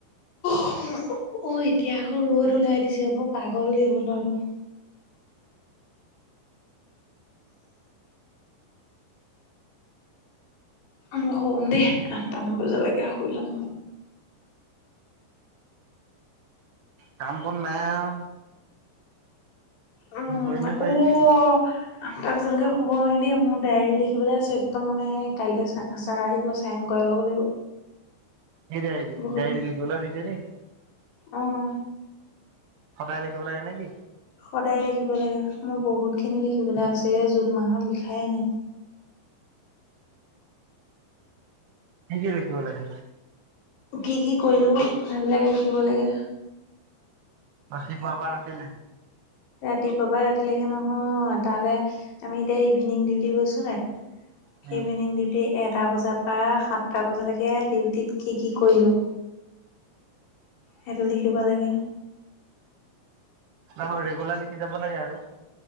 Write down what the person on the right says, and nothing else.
কাম বন নাই আও।
নকৰিনো
কৰিবি কি?
এই ডায়েৰী,
ডায়েৰী লিখিবলেও‌ দিছে নি?
সদায় লিখিব লাগে নে কি?
কি কি লেখিব লাগে।
ৰাতিপুৱাৰ পৰা ৰাতিলে।
উম।
হয়, হয়, ৰেগুলাৰ লিখি জাব লাগে আকৌ।